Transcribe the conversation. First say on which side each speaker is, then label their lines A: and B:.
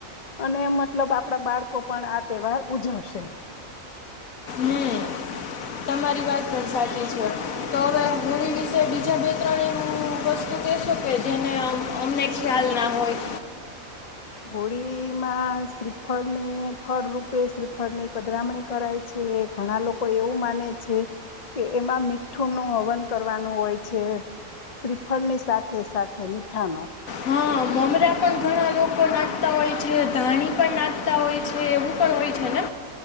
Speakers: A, on the left; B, on the left.
A: અને મતલબ આપડા બાળકો પણ આ તહેવાર ઉજવશે
B: હમ તમારી વાત પણ સાચી છે તો હવે હોળી વિશે બીજા બે ત્રણ એવું વસ્તુ કહેશો કે જેને અમને ખ્યાલ ના હોય.
A: હોળીમાં શ્રીફળની ફળ રૂપે શ્રીફળની પધરામણી કરાય છે ઘણા લોકો એવું માને છે કે એમાં મીઠું નું હવન કરવાનું હોય છે શ્રીફળની સાથે સાથે મીઠાનો.
B: હા મમરા પણ ઘણા લોકો નાખતા હોય છે, ધાણી પણ નાખતા હોય છે, એવું પણ હોય છેને